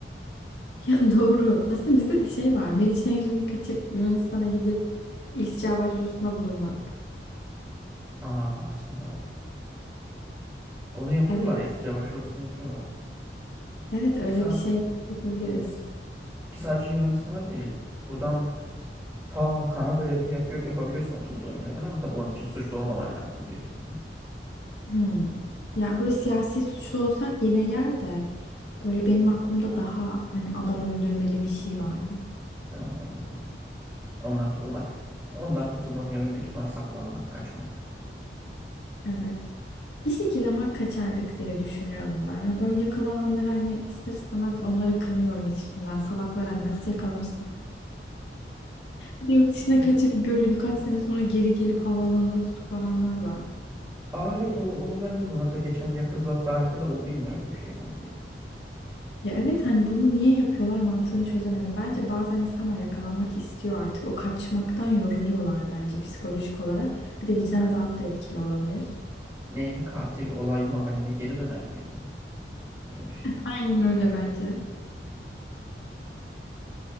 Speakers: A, on the left; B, on the right.
A: <laughs> ya doğru. Aslında bizde de şey var. Meriç Nehri'ni kaçıp Yunanistan'a gidip iltica başvurusunda bulunmak.
B: Aa aslında. Onu yapıyorlar.
A: Evet,
B: İltica başvurusunu yapıyorlar.
A: evet öyle
B: Ki, sa-
A: bir şey yapabiliriz.
B: ki sadece Yunanistan'a değil. Buradan Ta Kanada'ya bile yapıyor, yapabiliyorsun oturduğun yerden ama tabii onun için suçlu olmaman lazım büyük ihtimal.
A: Hmm. Ya böyle siyasi suçlu olsak yine yer de böyle benim aklımda daha hani adam öldürmeli bir şey vardı.
B: Tamam, evet, doğru. Ondan kurtulmak. Ondan kurtulmanın yolu büyük ihtimal saklanmak, kaçmak.
A: Evet. Bir şekilde ama kaçardık diye düşünüyorum ben. Yani böyle yakalananları hani ister istemez onları kınıyorum içimden. Salaklar hani nasıl yakalanırsın? Bir de Yurt dışına kaçıp böyle birkaç sene sonra geri gelip havaalanında tutuklananlar var.
B: Aa evet o onu ben de duydum. Hatta geçen yakın za- tarihte de oldu yine öyle bir şey sanki.
A: Ya evet hani bunu niye yapıyorlar mantığını çözemedim. Bence bazen insanlar yakalanmak istiyor artık. O kaçmaktan yoruluyorlar bence psikolojik olarak. Bir de vicdan azabı da etkili olabilir.
B: Neydi katil olay mahalline geri döner miydi? Öyle bir şey.
A: Aynen öyle bence.